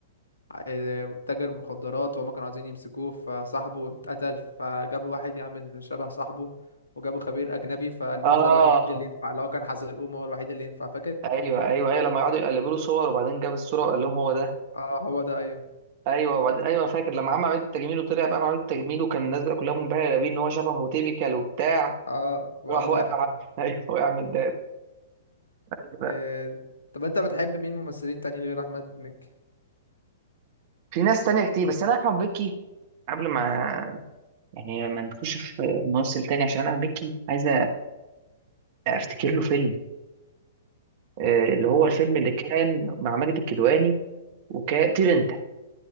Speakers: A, on the left (about 75°); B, on the right (about 40°).
A: آه، تاجر مخدرات وهما كانوا عايزين يمسكوه فصاحبه اتقتل فجابوا واحد يعمل شبه صاحبه وجابوا خبير أجنبي فقال
B: اه
A: لهم ده الوحيد اللي ينفع اللي هو كان حزلقوم هو الوحيد اللي ينفع فاكر؟
B: ايوه ايوه ايوه لما قعدوا يقلبوا له صور وبعدين جاب الصوره وقال لهم هو ده
A: اه هو ده أيوه
B: ايوه وبعدين ايوه أنا فاكر لما عمل عمليه التجميل وطلع بقى عمليه التجميل وكان الناس بقى كلها منبهره بيه ان هو شبهه تيبيكال وبتاع
A: اه وقام
B: راح وقع
A: واقع
B: <laughs> ايوه وقع من ده أيوة.
A: آه، طب أنت بتحب مين ممثلين تانيين غير أحمد مكي؟
B: في ناس تانية كتير بس انا احمد مكي قبل ما يعني ما نخش في ممثل تاني عشان انا احمد مكي عايز افتكر له فيلم آه، اللي هو الفيلم اللي كان مع ماجد الكدواني وكان طير انت